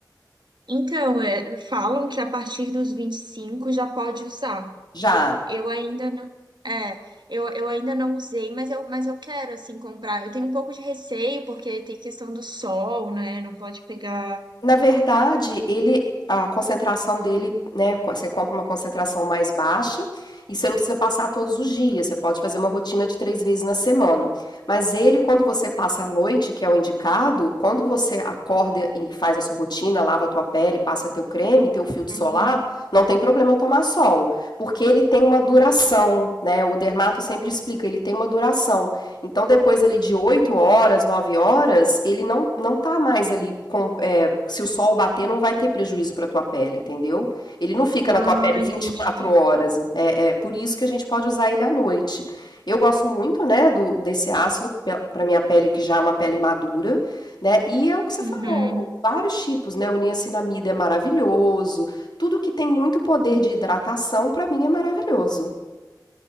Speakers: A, on the right; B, on the left.
A: Então, é, falam que a partir dos 25 já pode usar.
B: Já.
A: Eu ainda não, é, eu, eu ainda não usei, mas eu, mas eu quero, assim, comprar. Eu tenho um pouco de receio, porque tem questão do sol, né? Não pode pegar.
B: Na verdade, ele a concentração dele, né, você compra uma concentração mais baixa e você não precisa passar todos os dias, você pode fazer uma rotina de três vezes na semana. Mas ele, quando você passa a noite, que é o indicado, quando você acorda e faz a sua rotina, lava a tua pele, passa teu creme, teu filtro
A: Uhum.
B: solar, não tem problema tomar sol, porque ele tem uma duração,
A: Hum.
B: né? O dermato sempre explica, ele tem uma duração. Então, depois ali de 8 horas, 9 horas, ele não, não tá mais ali com, olha, se o sol bater, não vai ter prejuízo para tua pele, entendeu? Ele não fica
A: Ah,
B: na tua pele 24
A: entendi.
B: horas. É, é por isso que a gente pode usar ele à noite. Eu gosto muito, né, do, desse ácido para minha pele, que já é uma pele madura, né? E é o que você
A: Uhum.
B: falou, vários tipos, né? O niacinamida é maravilhoso. Tudo que tem muito poder de hidratação, para mim, é maravilhoso.